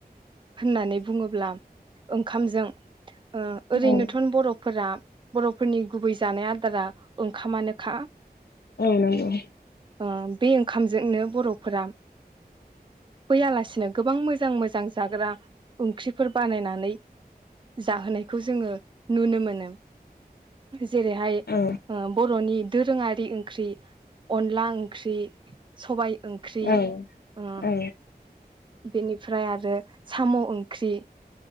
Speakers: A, on the right (about 30°); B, on the left (about 75°).
A: होननानै बुङोब्ला ओंखामजों ओ ओरैनोथ'न
B: औ औ
A: बर'फोरा बर'फोरनि गुबै जानाय आदारा ओंखामा नोखा।
B: औ नंगौ।
A: ओ बे ओंखामजोंनो बर'फोरा बै आलासिनो गोबां मोजां मोजां जाग्रा ओंख्रिफोर बानायनानै जाहोनायखौ जोङो नुनो मोनो। जेरैहाय
B: औ
A: ओ बर'नि दोरोङारि ओंख्रि अनला ओंख्रि सबाइ। ओंख्रि
B: औ
A: ओ
B: औ
A: बेनिफ्राय आरो साम' ओंख्रि।